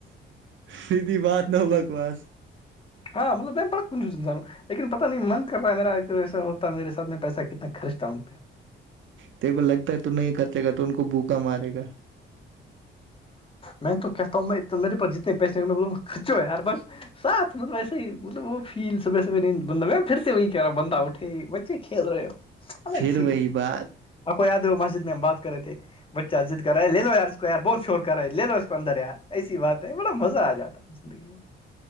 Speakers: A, on the right (about 75°); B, on the left (about 25°).
A: سیددھی بات ن بکوس
B: ہاں مطلبم پ ک چ س انان لیکن پتا نہیں من کر رہا ہے میرا ایک ایسا ہوتا میرے ساتھ میں پیسہ کتنا خرچ تھا ان پہ
A: تیرے کو لگتا ہے تو نہیں خرچے گا تو ان کو بوکا مارے گا
B: میں تو کہتا ہوں میں میرے پاس جتنے پیسے ہو میں بولوں گ خرچ ہو ار بس ساتھ مطلب ایسے ہی ملب وہ فیل صبح سبح بند پھر سے وہی کہہ رہا بند اٹے بچے کھیل رہے ہو الگ
A: پھر
B: فیل
A: وہی بات
B: ا کو یاد ہو مسجد میں ہم بات کرے تھے بچہ جد کرا ہے لے لو یار سے یار بہت شور کرا ہے لے لو اس کو اندر یار ایسی بات ہے بڑا مزہ آ جاتا زندگی میں